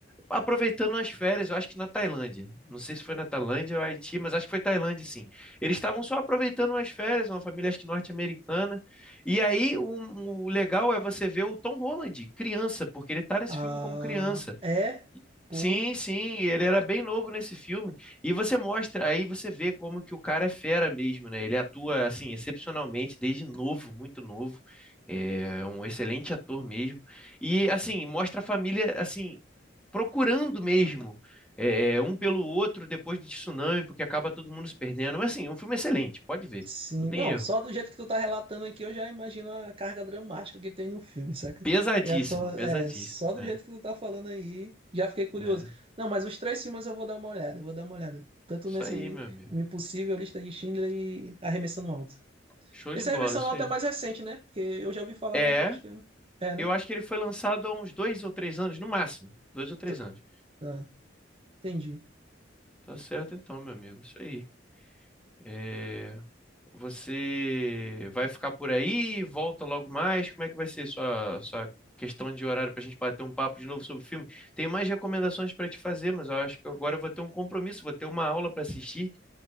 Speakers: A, in the centre; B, on the right.
A: aproveitando as férias, eu acho que na Tailândia. Não sei se foi na Tailândia ou Haiti, mas acho que foi Tailândia, sim. Eles estavam só aproveitando as férias, uma família acho que norte-americana. E aí o, o legal é você ver o Tom Holland, criança, porque ele tá nesse
B: Ah,
A: filme como criança.
B: é. Porra.
A: Sim, sim, ele era bem novo nesse filme. E você mostra, aí você vê como que o cara é fera mesmo, né? Ele atua assim excepcionalmente desde novo, muito novo. É um excelente ator mesmo. E assim, mostra a família assim procurando mesmo é, um pelo outro depois do tsunami, porque acaba todo mundo se perdendo. Mas assim, é um filme excelente, pode ver,
B: Sim,
A: não tem
B: não,
A: erro.
B: só do jeito que tu tá relatando aqui, eu já imagino a carga dramática que tem no filme, saca?
A: Pesadíssimo,
B: É, só-
A: pesadíssimo.
B: é, só do
A: É,
B: jeito que tu tá falando aí, já fiquei curioso.
A: é.
B: Não, mas os três filmes eu vou dar uma olhada, eu vou dar uma olhada. Tanto
A: Isso
B: nesse
A: aí, meu amigo.
B: O Impossível, Lista de Schindler e Arremessando Alto.
A: Show
B: Esse
A: de bola,
B: Arremessando
A: isso
B: Alto
A: aí.
B: é mais recente, né? Porque eu já ouvi falar,
A: É,
B: mas eu acho que... É, né?
A: eu acho que ele foi lançado há uns dois ou três anos, no máximo. Dois ou três
B: T-
A: anos.
B: Ah, entendi.
A: Tá certo então, meu amigo. Isso aí. É... Você vai ficar por aí? Volta logo mais? Como é que vai ser sua, sua questão de horário para a gente bater um papo de novo sobre o filme? Tenho mais recomendações para te fazer, mas eu acho que agora eu vou ter um compromisso, vou ter uma aula para assistir,